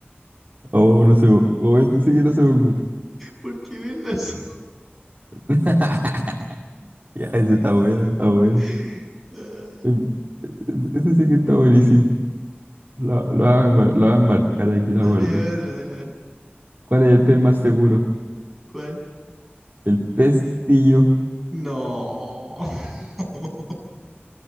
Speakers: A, on the right; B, in the centre.
A: Oh, no se me... oh, este sí que no se me ocurre.
B: ¿Por qué ven las...
A: <laughs> Ya, ese está bueno, está bueno.
B: <laughs>
A: Em, e- Ese sí que está buenísimo. Lo, lo voy a mar- lo voy a marcar aquí, la
B: Ah, dale,
A: verdad.
B: dale, otro, dale, dale.
A: ¿Cuál es el pez más seguro?
B: ¿Cuál?
A: El pestillo.
B: No. <laughs>